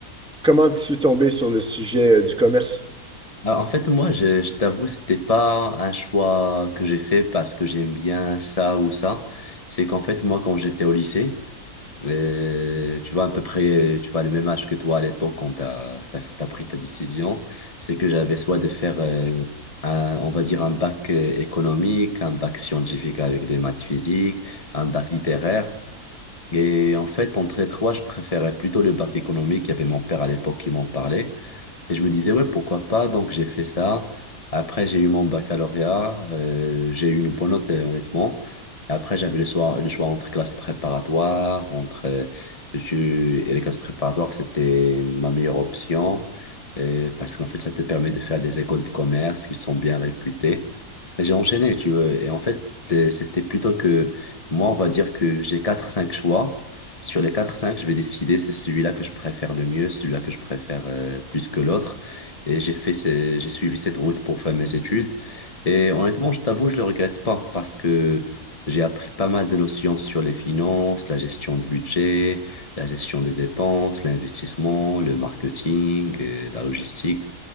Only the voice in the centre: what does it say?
comment es-tu tombé sur le sujet euh, du commerce?